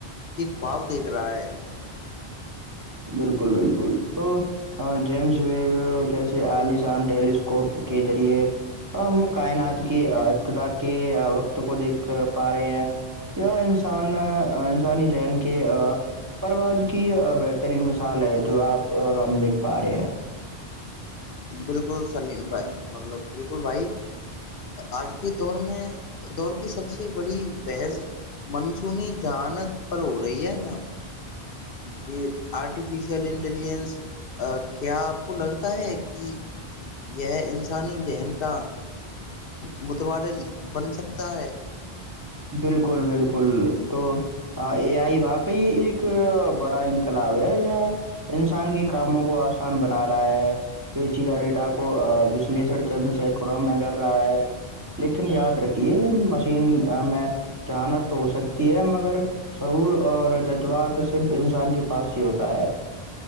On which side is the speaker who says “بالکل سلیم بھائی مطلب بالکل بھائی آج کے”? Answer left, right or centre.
Left